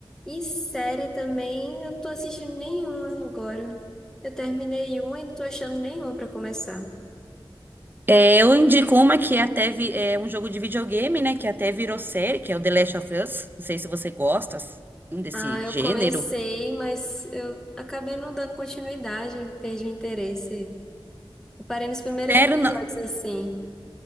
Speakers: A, in the centre; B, on the right.
A: E série também, eu não tô assistindo nenhuma agora. Eu terminei uma e não tô achando nenhuma pra começar.
B: É, Eu indico uma que é até vi- é um jogo de videogame, né? Que até virou série, que é o The Last of Us. Não sei se você gosta assim, desse
A: Ah, eu
B: gênero.
A: comecei, mas eu acabei não dando continuidade, perdi o interesse. Eu parei nos primeiros
B: Sério,
A: episódios,
B: não.
A: assim.